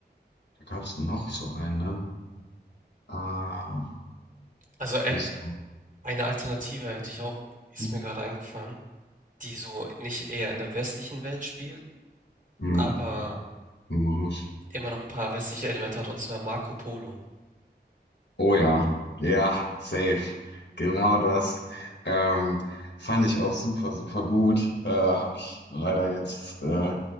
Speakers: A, on the left; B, on the right.
A: da gab es noch so eine. Ah,
B: Also et-
A: die ist.
B: eine Alternative hätte ich auch, ist
A: Mhm.
B: mir gerade eingefallen, die so nicht eher in der westlichen Welt spielt,
A: Mhm.
B: aber
A: Mhm.
B: immer noch ein paar westliche Elemente hat, und zwar Marco Polo.
A: Oh ja, ja, safe. Genau das. Ähm, fand ich auch super, super gut. Äh, habe ich leider jetzt äh,